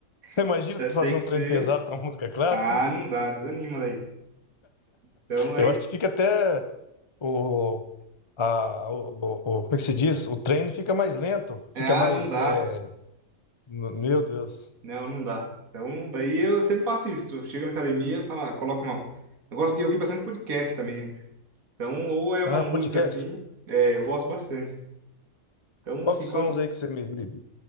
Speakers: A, on the left; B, on the right.
A: Imagina
B: <laughs> Já
A: tu
B: Tem
A: fazer um
B: que
A: treino
B: ser.
A: pesado com a música clássica.
B: Ah, não dá, desanima daí. Então, aí.
A: Eu acho que fica até o, a, o, o- o- como é que se diz? O treino fica mais lento,
B: É,
A: fica
B: ah,
A: mais,
B: não dá.
A: é, m- meu Deus.
B: Não, não dá. Então, daí eu sempre faço isso. Eu chego na academia, falo, coloco uma. Eu gosto de ouvir bastante podcast também, né? Então, ou é
A: Ah,
B: uma música
A: podcast.
B: assim, é, eu gosto bastante. Então,
A: Qual
B: assim,
A: que são
B: quando.
A: os aí que você me, me-